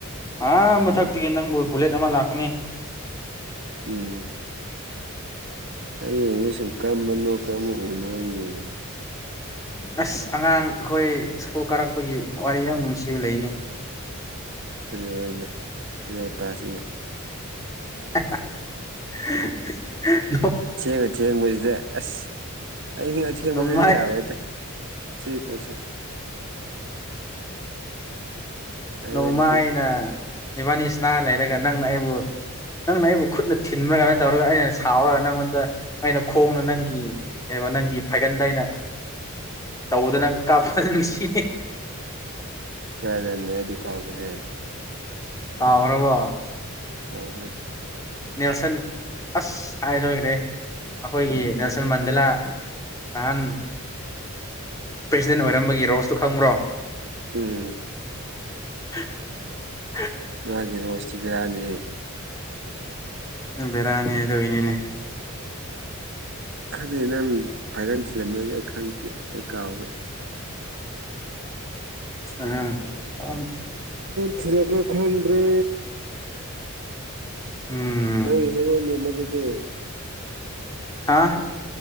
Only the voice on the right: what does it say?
ꯎꯝ ꯑꯩꯁꯨꯨ ꯀꯝ ꯃ ꯀ ꯎ ꯌꯦꯡꯅꯤ
ꯀꯔꯤ ꯑꯣꯏꯅ ꯌꯦ ꯇꯁꯤꯅꯦ
ꯊꯦꯡꯕ ꯊꯦꯡꯕꯁꯤꯗ ꯑꯁ ꯑꯩ ꯍꯤꯡꯉ ꯊꯦꯡꯕꯗꯗꯤ
ꯌꯥꯔꯣꯏꯇ ꯁꯤ ꯄꯣꯁꯦ ꯑꯩꯉꯣꯟꯗꯗꯤ
ꯀꯔꯦꯟꯅꯗꯤ ꯀꯥꯎꯒ꯭ꯔꯦ
<inaudible>
ꯎꯝ
ꯃꯥꯒꯤ ꯔꯣꯁꯇꯨ ꯕꯦꯔꯥꯅꯤꯍꯦ
ꯈꯪꯗꯦ ꯅꯪ ꯐꯥꯏꯒꯟ ꯊꯤꯜꯂꯝꯕꯩꯁꯦ ꯑꯩ ꯈꯪꯗꯦ ꯑꯩ ꯀꯥꯎꯈ꯭ꯔꯦ
ꯊꯤꯔꯕ꯭ꯔ ꯈꯪꯗ꯭ꯔꯦ
ꯅꯪ ꯍꯤꯔꫭꯅꯤ ꯑꯃꯗꯨꯗꯤ